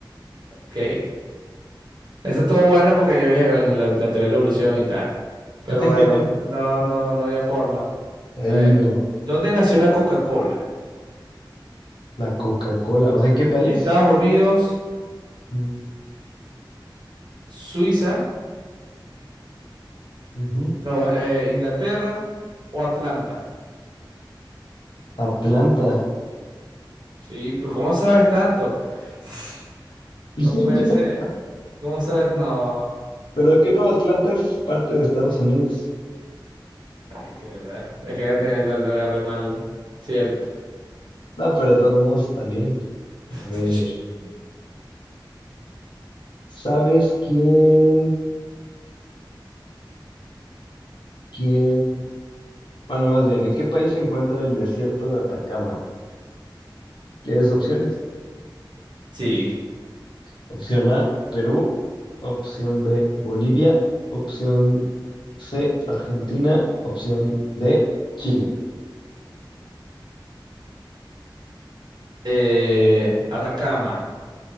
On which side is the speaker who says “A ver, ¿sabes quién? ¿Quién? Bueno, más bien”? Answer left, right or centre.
Left